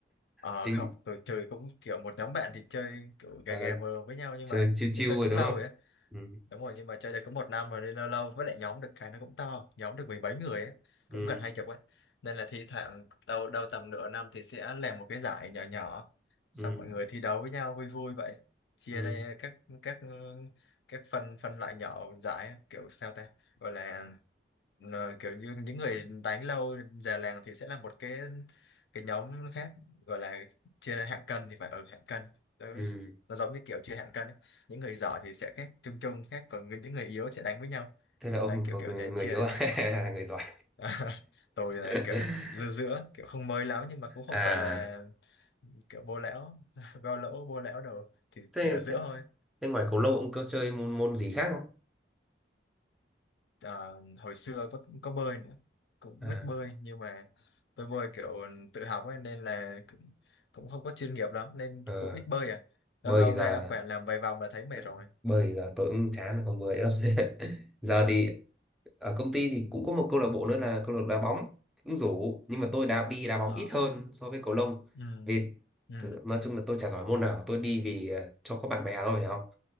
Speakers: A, on the left; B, in the centre.
A: Ờ
B: Chính
A: không, tôi chơi cũng kiểu một nhóm bạn thì chơi kiểu gà
B: ờ,
A: gà mờ với nhau nhưng
B: chơi
A: mà
B: chiêu chiêu
A: kiểu chơi
B: rồi
A: cũng
B: đúng
A: lâu
B: không?
A: rồi á
B: Ừ,
A: đúng rồi nhưng mà chơi đây cũng một năm rồi nên lâu lâu với lại nhóm được cái nó cũng to nhóm được mười mấy người á cũng
B: ừ,
A: gần hai chục ấy nên là thi thoảng đầu đầu tầm nửa năm thì sẽ làm một cái giải nhỏ nhỏ xong
B: ừ,
A: mọi người thi đấu với nhau vui vui vậy chia
B: ừ,
A: ra các các các phân phân loại nhỏ giải kiểu sao ta gọi là ờ, kiểu như những người đánh lâu già làng thì sẽ là một cái cái nhóm khác gọi là chia ra hạng cân thì phải ở hạng cân đó,
B: ừ.
A: nó giống như kiểu chia hạng cân ấy những người giỏi thì sẽ khác chung chung khác còn người- những người yếu sẽ đánh với nhau
B: Thế là ông
A: đấy kiểu
B: thuộc
A: kiểu
B: người
A: thế chia
B: yếu
A: ra
B: à? <laughs> Là người giỏi.
A: <laughs> tôi là
B: <laughs>
A: kiểu giữa giữa kiểu không mới lắm nhưng mà cũng không
B: À
A: phải là kiểu bô lão <laughs> bao lỗ bô lão đâu thì
B: thế,
A: chỉ ở giữa
B: thế,
A: thôi
B: thế ngoài cầu lông ông có chơi môn môn gì khác không?
A: Ờ, hồi xưa có có bơi nữa cũng
B: À
A: biết bơi nhưng mà tôi bơi kiểu tự học ấy, nên là cũng, cũng không có chuyên nghiệp lắm nên
B: ờ,
A: cũng ít bơi à lâu
B: bơi
A: lâu
B: là
A: ra và làm vài vòng là thấy mệt
B: Ờ,
A: rồi
B: bơi giờ tôi cũng chán rồi không bơi đâu <laughs> giờ thì ở công ty thì cũng có một câu lạc bộ nữa là câu lạc bộ đá bóng cũng rủ nhưng mà tôi đã đi đá bóng
A: Ờ,
B: ít hơn so với cầu lông
A: ừ,
B: vì
A: ừ.
B: thử, nói chung là tôi chả giỏi môn nào tôi đi vì ờ, cho có bạn bè thôi hiểu không